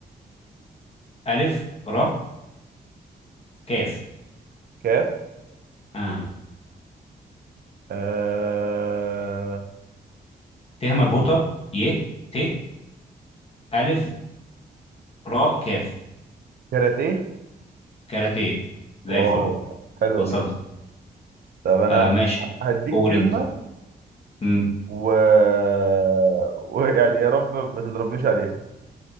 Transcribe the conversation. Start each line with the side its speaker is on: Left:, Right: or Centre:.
Left: ألف ر كاف
Right: كاف
Left: آه
Right: آه...
Left: ت مربوطة ي ت ألف ر كاف
Right: كاراتيه
Left: كاراتيه زي
Right: واو
Left: الفل
Right: حلوة
Left: وصلت
Right: دي طب انا
Left: آه ماشي
Right: هديك
Left: قول
Right: كلمة
Left: انت مم.
Right: و... <laughs> ويعني يا رب ما تضربنيش عليها